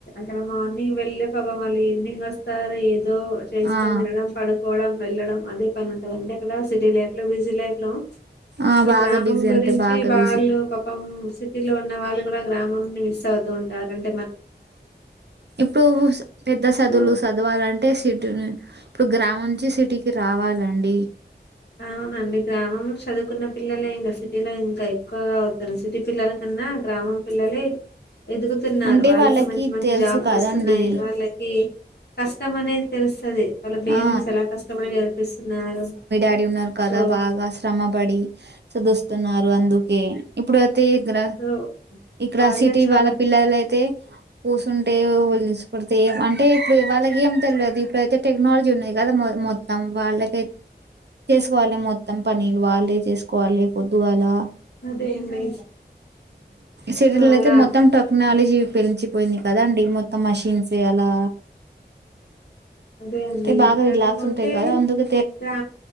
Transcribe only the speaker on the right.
ఆ
ఆ
బాగా
బిజీ
అంటే బాగా
బిజీ
ఇప్పుడు పెద్ద సదువులు
సదవాలంటే సిటు ఇప్పుడు గ్రామ నుంచి సిటీకి రావాలండి.
అంటే
తెలుసు
కదండి
ఆ
అడి ఉన్నారు కదా
బాగా, శ్రమ పడి చుదుస్తున్నారు అందుకే. ఇప్పుడు తీగ్ర
ఇక్కడ
సిటీ
వాళ్ళ పిల్లల అయితే పూసుంటే ఉలిసి పడితే, అంటే ఇప్పుడు వాళ్ళకి ఏం తెల్వదు ఇప్పుడైతే టెక్నాలజీ ఉన్నది కదా మో మొత్తం వాళ్ళకె చేసుకోవాలి మొత్తం పనీలు వాళ్ళే చేసుకోవాలి పొద్దుగాలా.
సిటీలుల
అయితే మొత్తం టెక్నాలజీ పెంచిపోయింది కదాండి మొత్తం మషిన్స్ ఏ అలా
తే బాగా
రిలాక్స్ ఉంటయి కదా అందుకు